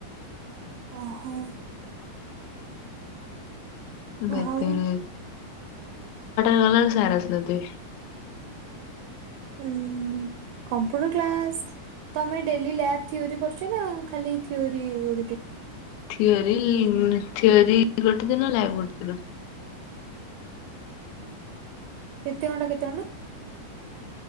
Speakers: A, on the right; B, on the left.
A: ଓହୋ।
B: <inaudible> ଛଅଟା
A: ଆଉ
B: ରେ ଗଲାବେଳେ ସାର ଆସିନଥିବା।।
A: ହୁଁ କମ୍ପ୍ୟୁଟର କ୍ଲାସ୍। ତମେ ଡେଲି ଲାବ୍ ଥିଓରି କରୁଛ ନା, ଖାଲି ଥିଓରି ଗୁ
B: ଥିଓରି, ଥିଓରି ଗୋଟେ ଦିନ। ଲ୍ୟାବ ଗୋଟେ ଦିନ।
A: କେତେ ଘଣ୍ଟା? କେତେ ଘଣ୍ଟା?